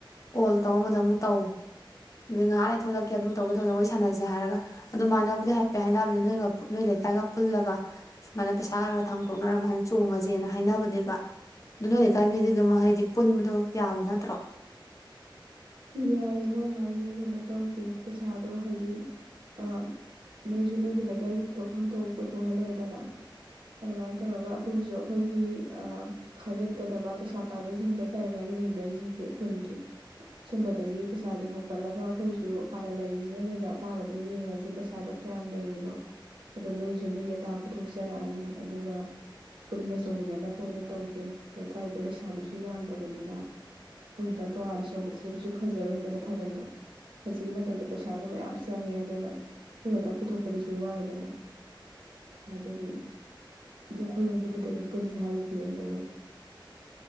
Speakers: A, on the left; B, on the right.
A: ꯀꯣꯜ ꯇꯧꯔꯝꯗ ꯑꯃꯨꯛ ꯇꯧ ꯑꯩ ꯉꯥꯏꯍꯥꯛ ꯑꯩ ꯊꯣꯛꯂꯛꯀꯦ ꯑꯗꯨ ꯇꯧꯒꯦ ꯇꯧꯔꯅ ꯑꯩꯈꯣꯏ ꯁꯥꯟꯅꯁꯦ ꯍꯥꯏꯔꯒ ꯑꯗꯨ ꯃꯥꯟꯅꯕꯗꯤ ꯍꯥꯏꯐꯦꯠ ꯍꯥꯏꯅꯕꯅꯦ ꯅꯣꯏꯒ ꯅꯣꯏ ꯂꯩꯀꯥꯏꯒ ꯄꯨꯜꯂꯒ ꯁꯨꯃꯥꯏꯅ ꯄꯩꯁꯥ ꯈꯔ ꯈꯔ ꯊꯥꯡꯗꯣꯛꯅꯔ ꯑꯗꯨꯃꯥꯏꯅ ꯆꯣꯡꯉꯁꯦꯅ ꯍꯥꯏꯅꯕꯅꯦꯕ ꯑꯗꯨꯅ ꯂꯩꯀꯥꯏ ꯃꯤꯗꯤ ꯑꯗꯨꯝ ꯍꯥꯏꯩꯗꯤ ꯄꯨꯟꯕꯗꯣ ꯌꯥꯕ ꯅꯠꯇ꯭ꯔꯣ
B: ꯏꯏꯌꯦ ꯃꯣꯏ ꯍꯥꯏ ꯑꯩꯁꯦ ꯀꯩꯅꯣ ꯇꯧꯁꯦ ꯄꯩꯁꯥꯗꯣ ꯍꯥꯏꯗꯤ ꯑ ꯅꯣꯏꯁꯨ ꯅꯣꯏꯒꯤ ꯂꯩꯀꯥꯏꯒꯤ ꯄꯨꯊꯣꯛꯐꯝ ꯊꯣꯛꯄ ꯄꯨꯊꯣꯛꯍꯜꯂꯦꯗꯅ ꯑꯗꯨꯃꯥꯏꯅ ꯇꯧꯔꯒ ꯑꯩꯈꯣꯏꯒꯤꯁꯨ ꯑꯩꯈꯣꯏꯒꯤ ꯑ ꯈꯥꯏꯒꯠꯀꯗꯕ ꯄꯩꯁꯥ ꯄꯥꯏꯕꯁꯤꯡ ꯂꯩꯀꯥꯏ ꯂꯩꯀꯥꯏꯒꯤ ꯂꯩꯅꯔꯤꯁꯤꯡꯁꯦ ꯈꯨꯟꯒꯤ ꯁꯨꯝꯕꯗꯒꯤ ꯄꯩꯁꯥꯁꯦ ꯍꯧꯣꯀꯠꯂꯒ ꯑꯩꯈꯣꯏꯁꯨ ꯍꯥꯟꯅ ꯂꯩꯔꯤꯁꯤꯒ ꯀꯩꯀꯥ ꯑꯇꯥꯕꯗꯣ ꯌꯦꯡꯉꯁꯤ ꯄꯩꯁꯥꯗꯣ ꯀꯌꯥꯝ ꯂꯩꯔꯤꯅꯣ ꯑꯗꯣ ꯅꯣꯏꯒꯤꯁꯨ ꯅꯣꯏꯒꯤ ꯑꯥ ꯄꯨꯊꯣꯛꯆꯔꯛꯑꯅꯤ ꯑꯗꯨꯒ ꯄꯨꯟꯅ ꯆꯣꯡꯃꯤꯟꯅꯅꯕ ꯑꯣꯏꯅ ꯇꯧꯁꯦ ꯂꯩꯀꯥꯏꯗꯣ ꯂꯩꯁꯥꯕꯤꯁꯨ ꯌꯥꯝꯗꯕꯅꯤꯅ ꯍꯈꯣꯏ ꯈꯤꯇꯪ ꯇꯣꯉꯥꯟꯅ ꯆꯣꯡꯕꯗ ꯀꯩꯁꯨ ꯐꯖꯔꯣꯏꯗꯅ ꯊꯥꯕꯜꯗꯣ ꯍꯧꯖꯤꯛꯀꯤ ꯃꯇꯝꯗ ꯄꯩꯁꯥꯁꯨ ꯃꯌꯥꯝ ꯆꯪꯉꯦ ꯑꯗꯨꯅ ꯑꯩꯈꯣꯏ ꯈꯛꯇꯪ ꯄꯨꯊꯣꯛꯄꯗꯨꯁꯨ ꯋꯥꯏꯗꯅ ꯑꯗꯨꯒꯤ ꯑꯩꯈꯣꯏꯔꯣꯝꯒꯤꯕꯨꯗꯤ ꯑꯗꯨꯝ ꯄꯨꯟꯁꯦ ꯍꯥꯏꯕꯒꯤ ꯐꯤꯕꯝꯗ ꯂꯩ